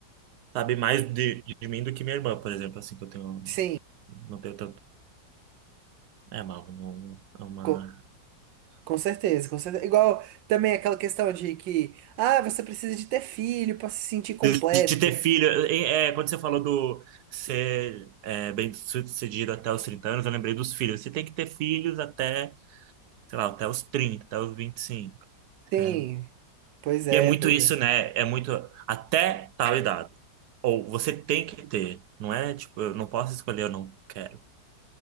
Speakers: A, on the right; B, on the right.
A: sabe mais de, de mim do que minha irmã, por exemplo, assim, que eu tenho,
B: Sim,
A: não tenho tanto, é uma, uma, uma-
B: co- com, certeza, com certeza. Igual também aquela questão de que, ah, você precisa de ter filho pra se sentir completo.
A: de, de ter filho, é, é, quando você falou do ser é, bem sucedido até os 30 anos, eu lembrei dos filhos, você tem que ter filhos até, sei lá, até os 30, até os 25,
B: Sim,
A: até...
B: pois é,
A: E é muito
B: pois
A: isso,
B: é.
A: né, é muito, até tal idade, ou você tem que ter, não é, tipo, eu não posso escolher, eu não quero.